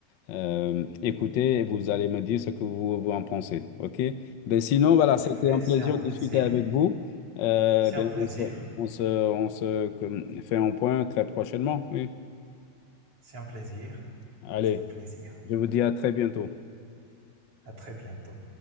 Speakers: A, on the left; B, on the right.
A: euh, écouter et vous allez me dire ce que vous, vous en pensez. OK? Ben sinon, voilà,
B: Parfait,
A: c'était un plaisir
B: c'est un plaisir,
A: de discuter avec vous. Euh,
B: c'est
A: bien,
B: un plaisir,
A: on se, on se, on se comme, fait un point très prochainement. Oui.
B: c'est un plaisir,
A: Allez,
B: c'est un plaisir.
A: je vous dis à très bientôt.
B: À très bientôt.